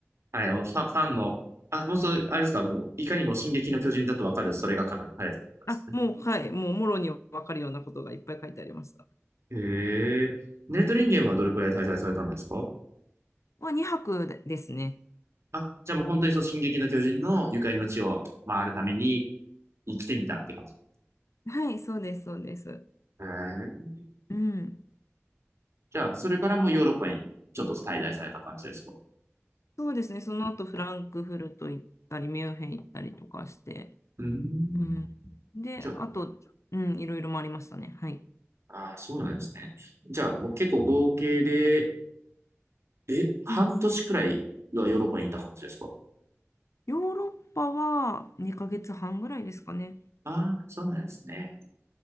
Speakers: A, on the right; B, on the left.
A: はい、もうファン、ファンの、あ、もうそれ、あれですか、もう、いかにも進撃の巨人だとわかる、それが書かれてたことですね。
B: あ、もう、はい、もうもろに分かるようなことがいっぱい書いてありました。
A: へえ。ネートリンゲンはどれくらい滞在されたんですか
B: は2泊でですね。
A: あ、じゃあもう本当にそう、進撃の巨人のゆかりの地を回るために生きてみたって感じ。
B: はい、そうです、そうです。
A: へえ。
B: うん。
A: じゃあ、それからもうヨーロッパにちょっと滞在された感じですか
B: そうですね、その後フランクフルト行ったり、ミュンヘン行ったりとかして、
A: うーん。
B: うん、で、
A: じゃ
B: あと、うん、いろいろ回りましたね。はい。
A: あ、あー、そうなんですね。じゃあ、もう結構合計で、え、半年くらいはヨーロッパにいた感じですか
B: うん、ヨーロッパは2ヶ月半ぐらいですかね。
A: ああー、そうなんですね。